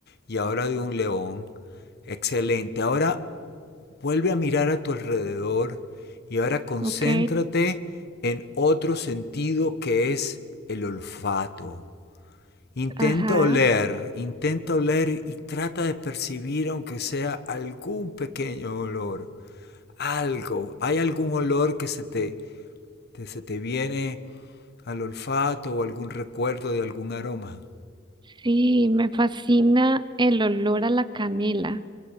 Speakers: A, on the left; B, on the right.
A: y ahora de un león, excelente. Ahora vuelve a mirar a tu alrededor y ahora concéntrate
B: Ok.
A: en otro sentido que es el olfato. Intenta
B: Ajá.
A: oler, intenta oler y trata de percibir aunque sea algún pequeño olor, algo. Hay algún olor que se te, que se te viene al olfato o algún recuerdo de algún aroma.
B: Sí, me fascina el olor a la canela.